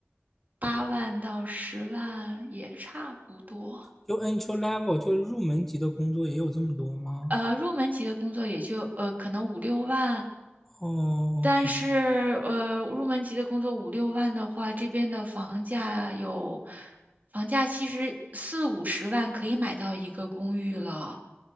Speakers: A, on the right; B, in the centre.
A: 八万到十万也差不多。
B: 就 entry level 就是入门级的工作也有这么多吗？
A: 呃，入门级的工作也就呃可能五六万，
B: 哦，OK，
A: 但是，呃，入门级的工作五六万的话，这边的房价有，房价其实四五十万可以买到一个公寓了。